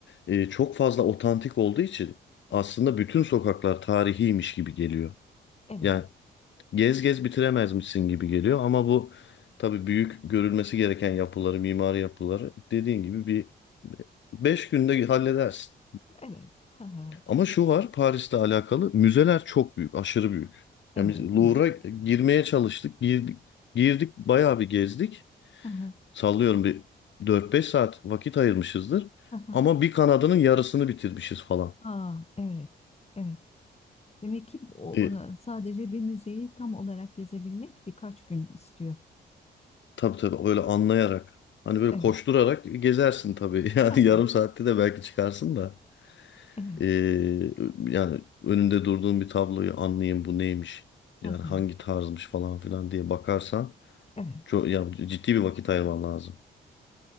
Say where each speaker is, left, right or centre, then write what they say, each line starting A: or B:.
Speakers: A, on the left; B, on the left.
A: e, çok fazla otantik olduğu için aslında bütün sokaklar tarihiymiş gibi geliyor.
B: evet,
A: Yani gez gez bitiremezmişsin gibi geliyor ama bu tabii büyük görülmesi gereken yapıları, mimari yapıları dediğin gibi bir 5 günde halledersin.
B: evet. Ha, ha,
A: Ama şu var Paris'le alakalı müzeler çok büyük, aşırı büyük.
B: evet
A: Yani biz Louvre'a
B: değil mi?
A: girmeye çalıştık, girdik, girdik bayağı bir gezdik.
B: Ha, ha,
A: Sallıyorum bir 4-5 saat vakit ayırmışızdır.
B: ha, ha.
A: Ama bir kanadının yarısını bitirmişiz falan.
B: Aa, evet. Evet. Demek ki o
A: E,
B: e, sadece bir müzeyi tam olarak gezebilmek birkaç gün istiyor.
A: tabii tabii öyle anlayarak. Hani böyle
B: Evet.
A: koşturarak gezersin tabii. <laughs> Yani
B: Hı hı,
A: yarım saatte de belki çıkarsın da.
B: Evet.
A: E, yani önünde durduğun bir tabloyu anlayayım bu neymiş.
B: Hı
A: Yani
B: hı,
A: hangi tarzmış falan filan diye bakarsan.
B: Evet.
A: Çok ya ciddi bir vakit ayırman lazım.